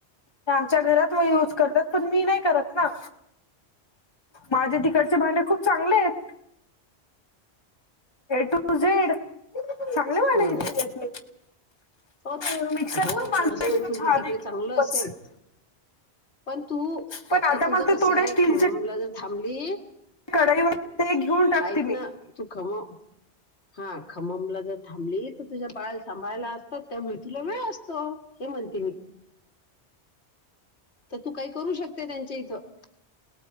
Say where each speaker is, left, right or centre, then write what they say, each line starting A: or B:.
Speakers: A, on the left (about 25°); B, on the left (about 75°).
A: हे आमच्या घरात यूज करतात पण मी नाही करत ना. माझे तिकडचे भांडे खूप चांगलेयेंत ए टू झेड चांगले वाडे
B: हा
A: घेतली आहेत
B: हो
A: मी <inaudible> मिक्सर
B: हो
A: पण माजता
B: पर्सनल तुझं
A: छान
B: तिकडे
A: की
B: चांगलं
A: खूपच
B: असेल
A: <inaudible>
B: पण तू
A: पण
B: आता तुझ
A: मला ते
B: कसंय
A: थोडे स्टीलचे
B: खममला जर थांबली
A: कढईवर ते घेऊन टाकते
B: ऐक
A: मी.
B: ना तू खम हा खममला जर थांबली तर तुझ्या बाळाला सांभाळला असतात त्या त्यामुळे तुला वेळ असतो हे म्हणते मी. तर तू काही करू शकते त्यांच्या इथं